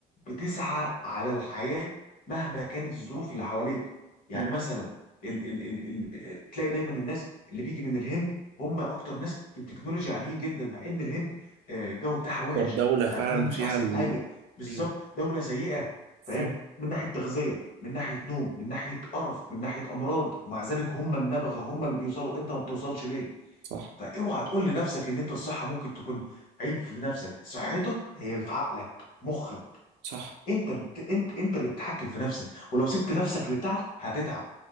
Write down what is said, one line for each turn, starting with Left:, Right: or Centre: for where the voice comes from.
Left: بتسعى على الحياه مهما كانت الظروف اللي حواليك يعني
Right: امم
Left: مثلا ال ال ال ال تلاقي دايما الناس اللي بيجي من الهند هم اكتر ناس في التكنولوجيا عاليين جدا مع ان الهند آه، الجو بتاعها وحش
Right: الدوله فعلا
Left: اكلهم مش
Right: فيها
Left: احسن
Right: ال...
Left: حاجه بالظبط
Right: ايوه
Left: دوله سيئه فاهم
Right: امم
Left: من ناحيه تغذيه من ناحيه نوم من ناحيه قرف من ناحيه امراض مع ذلك هم النبغه هم اللي بيوصلوا انت ما بتوصلش ليه
Right: صح
Left: فاوعى تقول لنفسك ان انت الصحه ممكن تكون عيب في نفسك صحتك هي في عقلك مخك
Right: صح
Left: انت اللي بت... انت انت اللي بتتحكم في نفسك ولو سبت نفسك للتعب هتتعب